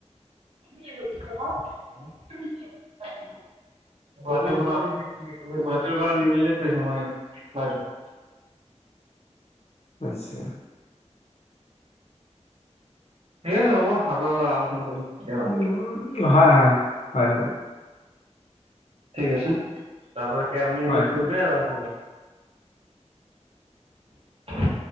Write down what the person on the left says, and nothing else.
উ
আত্ছা
উম, হয় হয় হয়
হয়
হয়।